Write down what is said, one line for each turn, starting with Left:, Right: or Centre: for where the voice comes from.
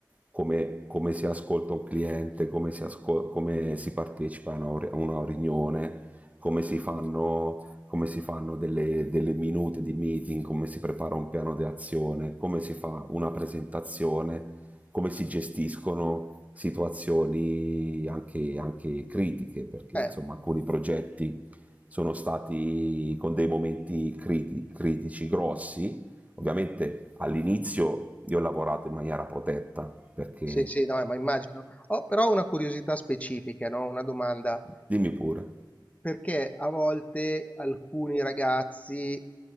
Right: come, come si ascolta un cliente, come si, ascol- come si partecipa a una, a una riunione, come si fanno, come si fanno delle, delle minute di meeting, come si prepara un piano di azione, come si fa una presentazione, come si gestiscono situazioni anche, anche critiche, perché
Left: cioè,
Right: insomma
Left: eh,
Right: alcuni progetti sono stati con dei momenti criti- critici grossi Ovviamente all'inizio io ho lavorato in maniera protetta perché...
Left: sì, sì, no, ma immagino. Ho però una curiosità specifica, no? Una domanda.
Right: Dimmi pure,
Left: Perché a volte alcuni ragazzi,